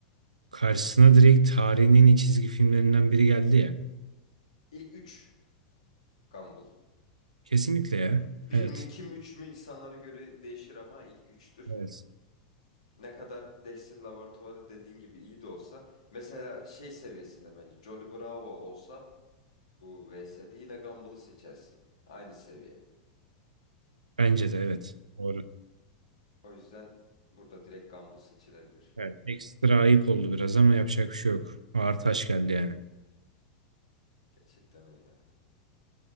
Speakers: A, on the right; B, on the left.
A: karşısına direkt tarihinin en iyi çizgi filmlerinden biri geldi ya.
B: İlk üç. Gumball.
A: Kesinlikle ya.
B: Bir
A: Evet.
B: mi 2 mi 3 mü insanlara göre değişir ama ilk üçtür.
A: Evet.
B: Ne kadar Dexter'ın laboratuvarı dediğin gibi iyi de olsa. Mesela şey seviyesinde bence Johnny Bravo olsa bu VS'de yine Gumball'ı seçersin. Aynı seviye.
A: Bence
B: Ee,
A: de evet. Doğru.
B: o yüzden burada direkt Gumball seçilebilir.
A: Evet. Ekstra ayıp oldu biraz ama yapacak bir şey yok. Ağır taş geldi
B: Ha,
A: yani.
B: Gerçekten öyle.